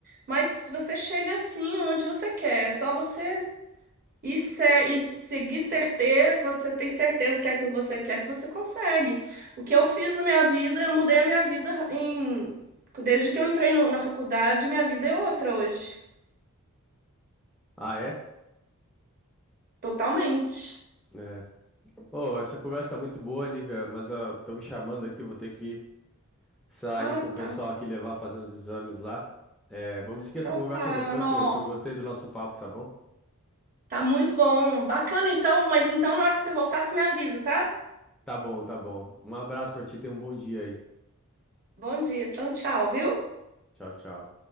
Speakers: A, on the right; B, in the centre.
A: Mas você chega assim onde você quer, é só você ir se, e seguir certeira, que você tem certeza que é aquilo que você quer, que você consegue. O que eu fiz na minha vida, eu mudei a minha vida em, desde que eu entrei no- na faculdade, minha vida é outra hoje,
B: Ah, é?
A: totalmente.
B: É. Oh, essa conversa tá muito boa, Nívia, mas estão me chamando aqui, vou ter que sair
A: Ah,
B: com o pessoal
A: tá.
B: aqui levar fazer uns exames lá. É, vamos
A: Então
B: seguir essa conversa
A: tá,
B: depois
A: nossa.
B: que eu, que eu gostei do nosso papo, tá bom?
A: Tá muito bom. Bacana então, mas então na hora que você voltar, você me avisa, tá?
B: Tá bom, tá bom. Um abraço pra ti, tenha um bom dia aí.
A: Bom dia. Então, tchau, viu?
B: Tchau, tchau.